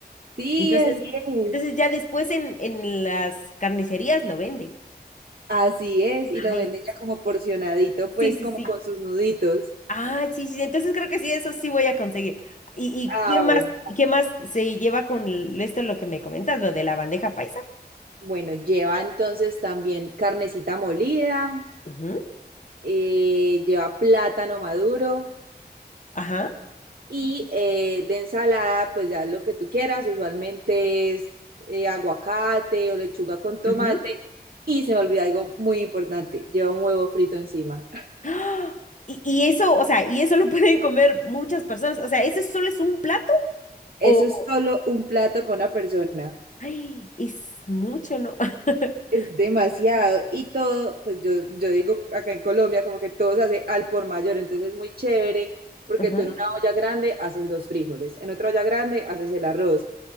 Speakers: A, on the right; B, on the left.
A: Sí,
B: Entonces,
A: así es.
B: entonces ya después en, en las carnicerías lo venden.
A: Así es. Y lo
B: Ay,
A: venden ya como porcionadito, pues
B: sí, sí,
A: como
B: sí.
A: con sus nuditos.
B: Ah, sí, sí. sí. Entonces creo que sí, eso sí voy a conseguir. ¿Y,
A: Ah,
B: y qué más,
A: bueno.
B: y qué más se lleva con el- esto lo que me comentas, lo de la bandeja paisa?
A: Bueno, lleva entonces también carnecita molida.
B: Ujú,
A: eh, lleva plátano maduro
B: Ajá.
A: y eh, de ensalada, pues ya lo que tú quieras, usualmente es eh, aguacate o lechuga con tomate.
B: ujú.
A: Y se me olvidó algo muy importante, lleva un huevo frito encima.
B: ¡Ah! Y, y eso, o sea, y eso lo <laughs> pueden comer muchas personas. O sea, ¿ese solo es un plato?
A: Eso
B: O,
A: es solo un plato para una persona.
B: ay, es mucho, ¿no? <laughs>
A: Es demasiado. Y todo, pues yo, yo digo acá en Colombia, como que todo se hace al por mayor. Entonces es muy chévere porque
B: Ajá.
A: tú en una olla grande haces los frijoles, en otra olla grande haces el arroz.